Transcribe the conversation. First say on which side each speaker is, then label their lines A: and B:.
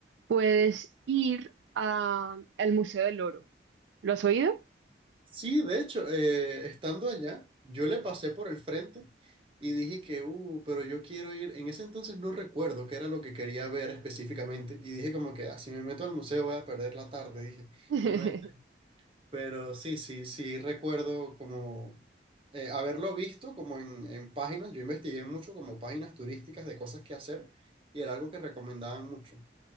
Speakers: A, on the right; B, on the right.
A: Puedes ir a- al Museo del Oro. ¿Lo has oído?
B: Sí, de hecho, eh, estando allá, yo le pasé por el frente y dije que, uh, pero yo quiero ir. En ese entonces no recuerdo qué era lo que quería ver específicamente. Y dije como que, ah, si me meto al museo voy a perder la tarde, dije.
A: <laughs>
B: Y no entré. Pero sí, sí, sí, recuerdo como eh, haberlo visto como en, en páginas. Yo investigué mucho como páginas turísticas de cosas que hacer y era algo que recomendaban mucho,